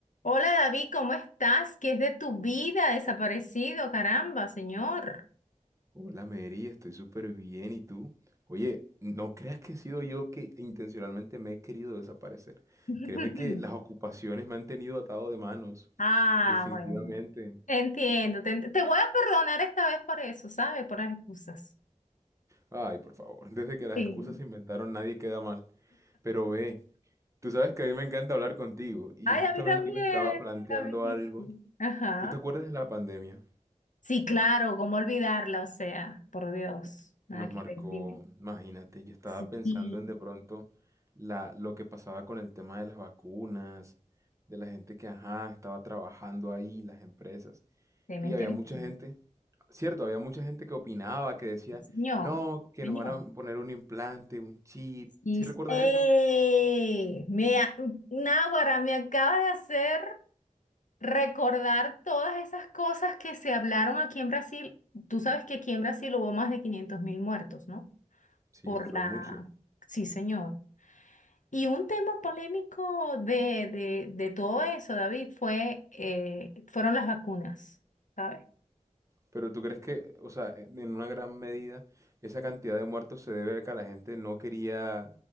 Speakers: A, on the left; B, on the right.
A: Hola David, ¿cómo estás? ¿Qué es de tu vida desaparecido? Caramba, señor.
B: Hola Mary, estoy súper bien. ¿Y tú? Oye, no creas que he sido yo que intencionalmente me he querido desaparecer.
A: <laughs>
B: Créeme que las ocupaciones me han tenido atado de manos,
A: Ah,
B: definitivamente.
A: bueno. entiendo. Te, ent- te voy a perdonar esta vez por eso, ¿sabes? Por las excusas.
B: Ay, por favor, desde que las
A: Sí.
B: excusas se inventaron nadie queda mal. Pero ve, tú sabes que a mí me encanta hablar contigo y
A: Ay,
B: justamente
A: a mí también,
B: hoy me estaba planteando
A: David.
B: algo.
A: Ajá.
B: ¿Tú te acuerdas de la pandemia?
A: Sí, claro, ¿cómo olvidarla? O sea, por Dios. Nada
B: Nos
A: que
B: marcó,
A: ver, dime.
B: imagínate, yo estaba
A: Sí,
B: pensando en de pronto la, lo que pasaba con el tema de las vacunas, de la gente que, ajá, estaba trabajando ahí, las empresas.
A: tema
B: Y
A: inteligente.
B: había mucha gente, cierto, había mucha gente que opinaba, que decía,
A: Señor,
B: no, que
A: señor.
B: nos van a poner un implante, un chip.
A: Y,
B: ¿Sí recuerdas
A: ¡Ey!
B: eso?
A: Me, a- Náguara, me acaba de hacer. recordar todas esas cosas que se hablaron aquí en Brasil. Tú sabes que aquí en Brasil hubo más de quinientos mil muertos, ¿no?
B: Sí,
A: Por
B: fue
A: la...
B: mucho.
A: Sí, señor. Y un tema polémico de, de, de todo eso, David, fue, eh, fueron las vacunas, ¿sabes?
B: Pero ¿tú crees que, o sea, en en una gran medida, esa cantidad de muertos se debe a que la gente no quería,